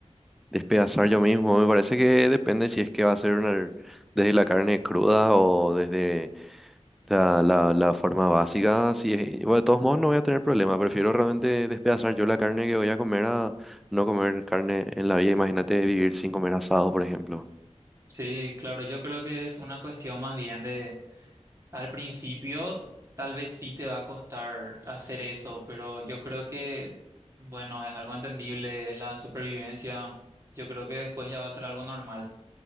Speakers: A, in the centre; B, on the right.
A: Despedazar yo mismo, me parece que depende si es que va a ser una- desde la carne cruda o desde la, la- la forma básica. Si es- bueno, de todos modos, no voy a tener problema. Prefiero realmente despedazar yo la carne que voy a comer a no comer carne en la vida. Imagínate vivir sin comer asado, por ejemplo.
B: Sí, claro, yo creo que es una cuestión más bien de, al principio tal vez sí te va a costar hacer eso, pero yo creo que, bueno, es algo entendible, es la supervivencia. Yo creo que después ya va a ser algo normal.